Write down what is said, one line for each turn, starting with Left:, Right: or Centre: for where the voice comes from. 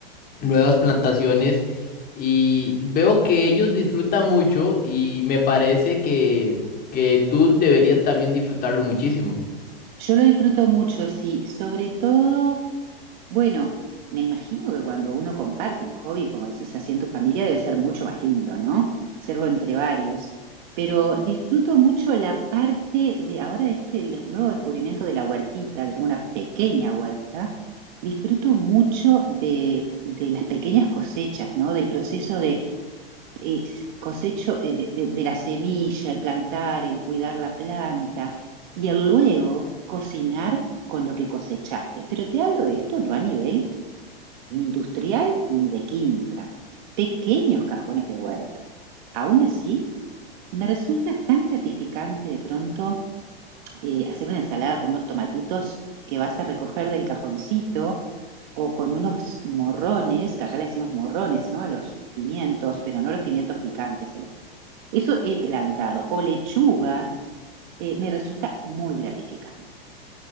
Left: nuevas plantaciones y veo que ellos disfrutan mucho y me parece que, que tú deberías también disfrutarlo muchísimo.
Right: Yo lo disfruto mucho, sí, sobre todo Bueno, me imagino que cuando uno comparte un hobby, como decís, así en tu familia, debe ser mucho más lindo, ¿no? Hacerlo entre varios. Pero disfruto mucho la parte de ahora de este el descu- nuevo descubrimiento de la huertita, que tengo una pequeña huerta. Disfruto mucho de, de las pequeñas cosechas, ¿no? Del proceso eh, cosecho eh, de, de- de la semilla, el plantar, el cuidar la planta y el luego cocinar con lo que cosechaste. Pero te hablo de esto no a nivel ni industrial ni de quinta, pequeños cajones de huerta. Aún así, me resulta tan gratificante de pronto eh, hacer una ensalada con unos tomatitos que vas a recoger del cajoncito o con unos morrones, que acá le decimos morrones, ¿no? A los pimientos, pero no los pimientos picantes. a los- Eso he plantado. O lechuga, eh, me resulta muy gratificante.